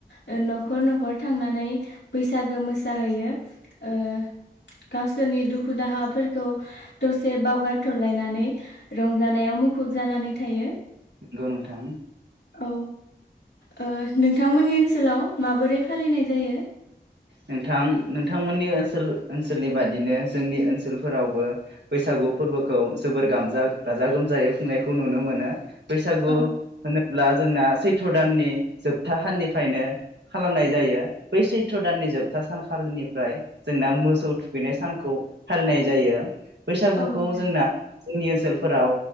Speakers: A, on the left; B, on the right.
A: ओ न'खर न'खर थांनानै बैसागो मोसाहैयो ओ गावसोरनि दुखु दाहाफोरखौ दसे बावगारथलायनानै रंजानायाव मुखुब जानानै थायो।
B: नोंगौ नोंथां।
A: औ ओ नोंथांमोननि ओन्सोलाव माबोरै फालिनाय जायो?
B: नोंथां नोंथांमोन्नि ओन्सोल-ओन्सोलनि बादिनो जोंनि ओन्सोलफोरावबो बैसागु फोर्बोखौ जोबोर गामजा गाजा गोमजायै खुंनायखौ नुनो मोनो। बैसागु
A: औ
B: हो ब्ला जोंना सैथ' दाननि जोबथा साननिफ्रायनो खालामनाय जायो। बै सै सैत्र दाननि जोबथा सानखालिनिफ्राय जोंना मोसौ थुखैनाय सानखौ फालिनाय जायो। बैसागुखौ
A: औ नोंथां
B: जोंना जोंनि ओ न्सोलफोराव